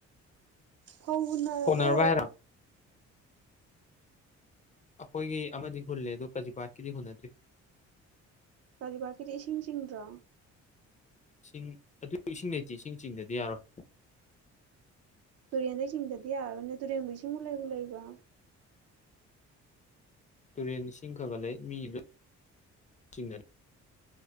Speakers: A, on the right (about 55°); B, on the left (about 25°).
A: ꯐꯧ ꯍꯨꯟꯅꯔꯕꯣ
B: ꯍꯣꯟꯅꯔꯕ ꯍꯥꯏꯔꯣ ꯑꯩꯈꯣꯏꯒꯤ ꯑꯃꯗꯤ ꯍꯨꯜꯂꯦ ꯑꯗꯨ ꯀꯖꯤꯕꯥꯠꯀꯤꯗꯤ ꯍꯨꯟꯅꯗ꯭ꯔꯤ
A: ꯀꯖꯤꯕꯥꯥꯠꯀꯤꯗꯤ ꯏꯁꯤꯡ ꯆꯤꯡꯗ꯭ꯔꯣ
B: ꯏꯁꯤꯡ ꯑꯗꯨꯁꯨ ꯏꯁꯤꯡ ꯂꯩꯇꯦ ꯏꯁꯤꯡ ꯆꯤꯡꯗ꯭ꯔꯗꯤ ꯌꯥꯔꯣꯏ
A: ꯇꯨꯔꯦꯟꯗꯩ ꯆꯤꯡꯗ꯭ꯔꯗꯤ ꯌꯥꯔꯔꯣꯏꯅꯦ ꯇꯨꯔꯦꯟꯕꯨ ꯏꯁꯤꯡꯕꯨ ꯂꯩꯕꯨ ꯂꯩꯕ꯭ꯔ
B: ꯇꯨꯔꯦꯟ ꯏꯁꯤꯡ ꯈꯔ ꯈꯔ ꯂꯩ ꯃꯤ ꯂꯣꯏ ꯆꯤꯡꯅꯩ